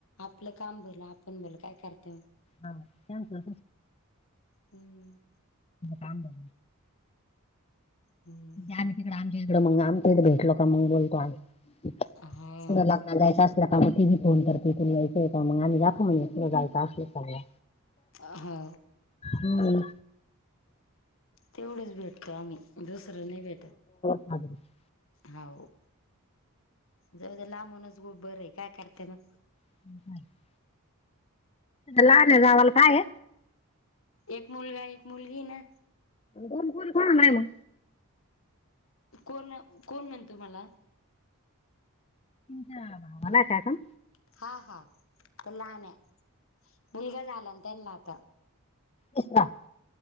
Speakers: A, on the left; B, on the left.
A: आपलं काम भलं आपण भल काय करता.
B: ह थँक्यू
A: हम्
B: काम ला.
A: हम्म
B: आम्ही तिकड आमच्या इकड मग आम भेटलो का मग बोलतो आम्ही.
A: हा.
B: त लग्न जायच असलं का मग तिी फोन कर तथून यायचंय का मगम्हीाखव म्हण तु जायं असल का म-
A: हा
B: हम्
A: तेवढेच भेटतो आम्ही दुसरा नाही भेटत.
B: अ <inaudible>
A: हो जव लांबूनच गो बर आहे काय करते मग.
B: <unintelligible> ला नाही जावाला काय?
A: एक मुलगा एक मुलगी ना?
B: दोन पोरी आहेत मग.
A: कोण कोण म्हणतो मला?
B: भावाला काय काण.
A: हा हा तर लहान आहे मुलगा झाला ना त्यांना आता.
B: हो का.